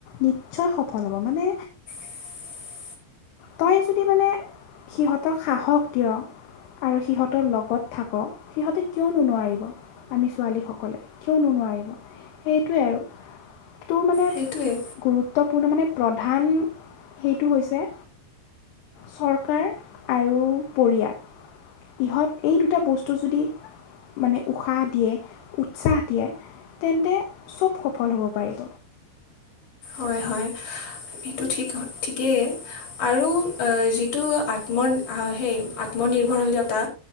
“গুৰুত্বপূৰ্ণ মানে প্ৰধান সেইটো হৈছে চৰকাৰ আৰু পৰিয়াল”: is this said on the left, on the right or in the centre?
Left